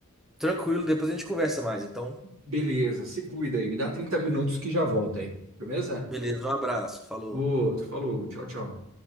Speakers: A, in the centre; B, on the right (about 60°).
A: Tranquilo, depois a gente conversa mais. Então,
B: Beleza, se cuida aí. Me dá 30 minutos que já volta aí. Firmeza?
A: beleza, um abraço, falou.
B: Outro, falou, tchau, tchau.